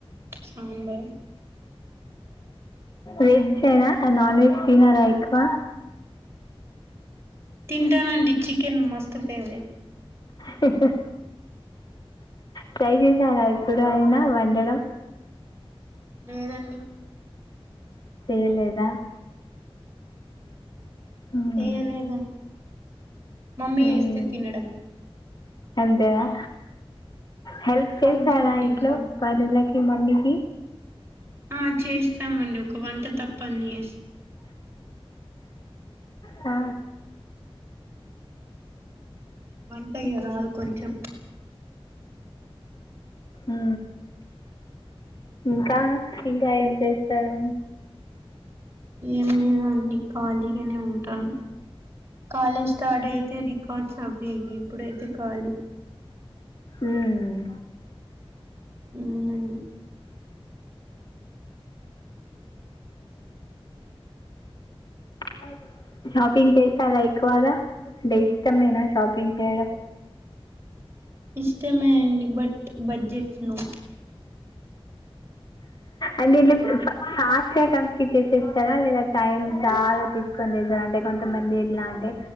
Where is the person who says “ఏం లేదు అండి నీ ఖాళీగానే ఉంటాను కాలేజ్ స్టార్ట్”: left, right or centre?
Right